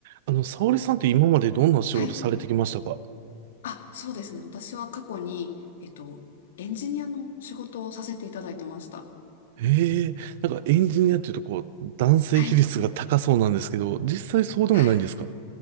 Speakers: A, on the right; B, on the left.
A: あの、沙織さんって今までどんな仕事されてきましたか
B: はい。あ、そうですね。私は過去に、えっと、エンジニアの仕事をさせていただいてました。
A: ええなんかエンジニアっていうとこう、男性比率が高そうなんですけど、
B: はい。
A: 実際そうでもないんですか
B: はい。